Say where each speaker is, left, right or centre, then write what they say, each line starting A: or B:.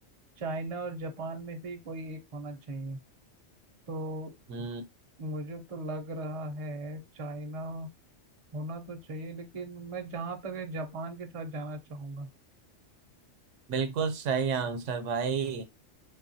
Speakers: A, on the right (about 40°); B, on the right (about 80°).
A: चाइना और जापान में से ही कोई एक होना चाहिए तो
B: हम्म
A: मुझे तो लग रहा है चाइना होना तो चाहिए लेकिन मैं जहाँ तक है जापान के साथ जाना चाहूंगा
B: बिल्कुल सही आंसर भाई